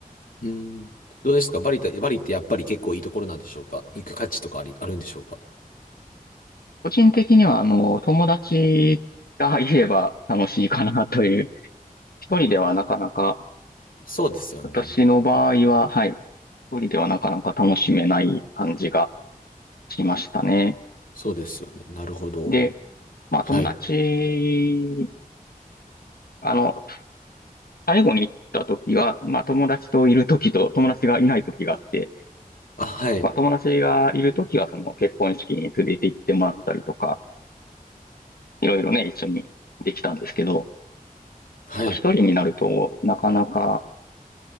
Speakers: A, on the left; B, on the left.
A: うん。どうですかバリって、バリってやっぱり結構いいところなんでしょうか行く価値とかあり、あるんでしょうか
B: 個人的には、あの、友達がいれば楽しいかなという、一人ではなかなか、
A: そうですよね。
B: 私の場合は、はい、一人ではなかなか楽しめない感じがしましたね。
A: そうですよね。なるほど。
B: で、まあ、
A: はい。
B: 友達、あの、最後に行った時は、まあ、友達といる時と友達がいない時があって、
A: あ、はい。
B: まあ、友達がいる時は、その結婚式に連れて行ってもらったりとか、いろいろね、一緒にできたんですけど、
A: はい。
B: 一人になると、なかなか、